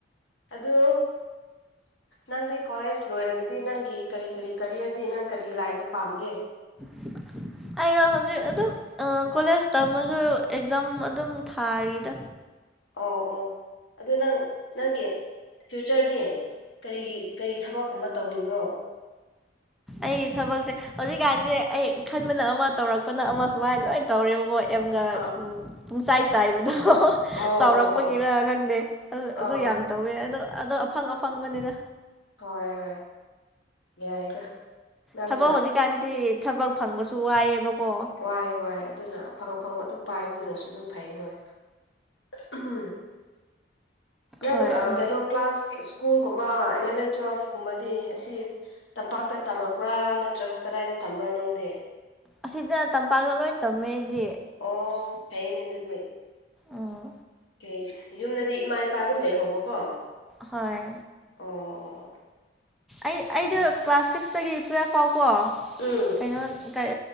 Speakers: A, on the left (about 85°); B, in the centre.
A: ꯑꯗꯨ ꯅꯪꯗꯤ ꯀꯣꯂꯦꯖ ꯂꯣꯏꯔꯒꯗꯤ ꯅꯪꯒꯤ ꯀꯔꯤ ꯀꯔꯤ ꯀ꯭ꯔꯔꯤꯌꯔꯗꯤ ꯅꯪ ꯀꯔꯤ ꯂꯥꯏꯟꯗ ꯄꯥꯝꯒꯦ
B: <inaudible> ꯑꯩꯔꯣ ꯍꯧꯖꯤꯛ ꯑꯗꯨꯝ ꯀꯣꯂꯦꯖ ꯇꯝꯃꯖꯨ ꯑꯦꯛꯖꯥꯝ ꯑꯗꯨꯝ ꯊꯥꯔꯤꯗ
A: ꯑꯧ ꯑꯧ ꯑꯗꯨ ꯅꯪ ꯅꯪꯒꯤ ꯐ꯭ꯌꯨꯆꯔꯗꯤ ꯀꯔꯤ ꯀꯔꯤ ꯊꯕꯛꯀꯨꯝꯕ ꯇꯧꯅꯤꯡꯕ꯭ꯔꯣ
B: ꯑꯩ ꯊꯕꯛꯁꯦ ꯍꯧꯖꯤꯛꯀꯥꯟꯁꯦ ꯑꯩ ꯈꯟꯕꯅ ꯑꯃ ꯇꯧꯔꯛꯄꯅ ꯑꯃ ꯁꯨꯃꯥꯏꯅ ꯂꯣꯏ ꯇꯧꯔꯦꯕꯀꯣ ꯑꯦꯝꯒꯥ
A: ꯑꯥ
B: ꯄꯨꯝꯆꯥꯏ ꯆꯥꯏꯕꯗꯣ
A: ꯑꯣ ꯑꯣ
B: ꯆꯥꯎꯔꯛꯄꯒꯤꯔ
A: ꯑꯣ ꯑꯣ
B: ꯈꯪꯗꯦ ꯑꯗꯨ ꯑꯗꯨ
A: ꯑꯥ
B: ꯌꯥꯝ ꯇꯧꯋꯦ ꯑꯗꯣ ꯑꯐꯪ ꯑꯐꯪ ꯕꯅꯤꯗ
A: ꯍꯣꯏ ꯍꯣꯏ ꯌꯥꯏꯗ ꯅꯪꯅ
B: ꯊꯕꯛ ꯍꯧꯖꯤꯛꯀꯥꯟꯗꯤ ꯊꯕꯛ ꯐꯪꯕꯁꯨ ꯋꯥꯌꯦꯕ ꯀꯣ
A: ꯋꯥꯏ ꯋꯥꯏ ꯑꯗꯨꯅ ꯑꯐꯪ ꯑꯐꯪꯕ ꯑꯗꯨꯝ ꯄꯥꯏꯕꯗꯨꯅꯁꯨ ꯑꯗꯨꯝ ꯐꯩ ꯍꯣꯏ ꯑꯍꯝ ꯅꯪ
B: ꯍꯣꯏ ꯑꯗꯨ
A: ꯀꯩꯅꯣ ꯀ꯭ꯂꯥꯁ ꯁ꯭ꯀꯨꯜꯒꯨꯝꯕ ꯏꯂꯚꯦꯟ ꯇꯨꯋꯦꯜꯐ ꯀꯨꯝꯕꯗꯤ ꯑꯁꯤ ꯇꯝꯄꯥꯛꯇ ꯇꯝꯂꯛꯄ꯭ꯔꯥ ꯅꯠꯇ꯭ꯔꯒ ꯀꯗꯥꯏꯗ ꯇꯝꯕ꯭ꯔꯥ ꯅꯪꯗꯤ
B: ꯑꯁꯤꯗ ꯇꯝꯄꯥꯛꯇ ꯂꯣꯏ ꯇꯝꯃꯦ ꯑꯩꯗꯤ
A: ꯑꯣ ꯐꯌꯦꯅꯦ ꯑꯗꯨꯗꯤ
B: ꯎꯝ
A: ꯀꯩ ꯌꯨꯝꯗꯗꯤ ꯏꯃꯥ ꯏꯄꯥ ꯑꯗꯨꯝ ꯂꯩꯍꯧꯕꯀꯣ
B: ꯍꯣꯏ
A: ꯑꯣ ꯑꯣ
B: ꯑꯩ ꯑꯩꯗꯨ
A: ꯐꯩ
B: ꯀ꯭ꯂꯥꯁ ꯁꯤꯛꯁꯇꯒꯤ ꯇꯨꯋꯦꯜꯐ ꯐꯥꯎꯀꯣ
A: ꯎꯝ
B: ꯀꯩꯅꯣ ꯀꯩ